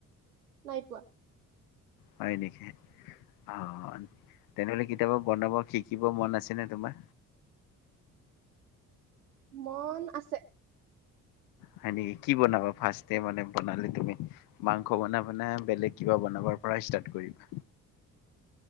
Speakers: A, on the right; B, on the left.
A: নাই পোৱা।
B: হয় নেকি। অ তেনেহ'লে কেতিয়াবা বনাব শিকিব মন আছে নে তোমাৰ।
A: মন আছে।
B: হয় নেকি কি বনাবা ফাৰ্ষ্ট টাইম মানে বনালে তুমি। মাংস বনাবা নে বেলেগ কিবা বনাব পৰা ষ্টাৰ্ট কৰিবা।